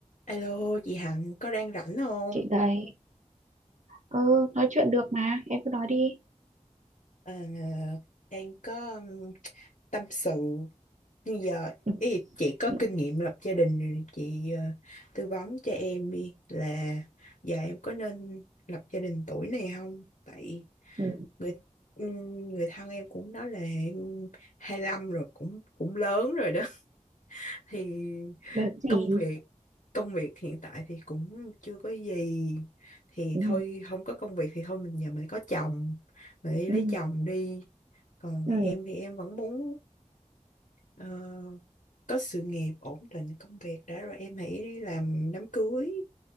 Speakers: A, on the left; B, on the right.
A: Alo, chị Hạnh có đang rảnh không?
B: chị đây ừ nói chuyện được mà em cứ nói đi
A: Ờ, đang có um, tâm sự như giờ
B: ừ,
A: ý, chị có
B: ừ,
A: kinh nghiệm lập gia đình rồi, chị ờ, tư vấn cho em đi là giờ em có nên lập gia đình tuổi này không? Tại
B: ừ.
A: người ừm, người thân em cũng nói là em hai lăm rồi cũng cũng lớn rồi đó <laughs> thì
B: đợt gì
A: công việc công việc hiện tại thì cũng chưa có gì thì
B: ừ,
A: thôi không có công việc thì thôi mình giờ mình có chồng mình đi
B: ừ,
A: lấy chồng đi còn
B: ừ,
A: em thì em vẫn muốn ờ, có sự nghiệp ổn định công việc đã rồi em hãy đi làm đám cưới